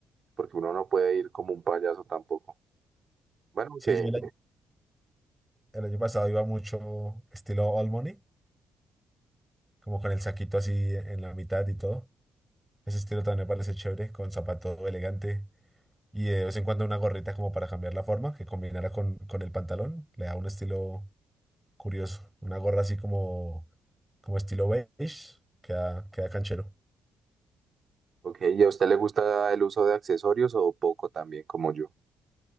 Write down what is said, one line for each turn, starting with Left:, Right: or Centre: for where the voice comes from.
Right: Porque uno no puede ir como un payaso tampoco. Bueno,
Centre: Sí,
Right: que,
Centre: yo el año, el año pasado iba mucho estilo All Money, como con el saquito así en la mitad y todo. Ese estilo también me parece chévere, con zapato elegante y de vez en cuando una gorrita como para cambiar la forma, que combinara con, con el pantalón. Le da un estilo curioso. Una gorra así como, como estilo beige, queda, queda canchero.
Right: ok, ¿y a usted le gusta el uso de accesorios o poco también como yo?